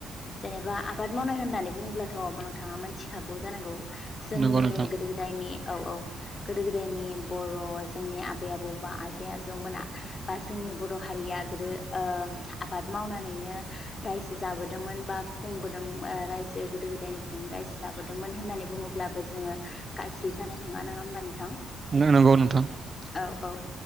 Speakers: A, on the left; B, on the right.
A: जेनेबा आबाद मावनाय होननानै बुङोब्लाथ' नोंथाङा मोनथिखागौ जानांगौ जोंनि
B: नंगौ नोंथां
A: गोदो गोदायनि औ औ गोदो गोदायनि बर' जोंनि आबै आबौ बा आजै आजौमोना बा जोंनि बर' हारिया गोदो ओ आबाद मावनानैनो रायजो जाबोदोंमोन बा खमबोदों जे गोदो गोदायनिफ्रायनो रायजो जाबोदोंमोन होननानै बुङोब्लाबो जोङो गाज्रि जानाय नोङा नङा होमबा नोंथां
B: नंगौ नोंथां
A: औ औ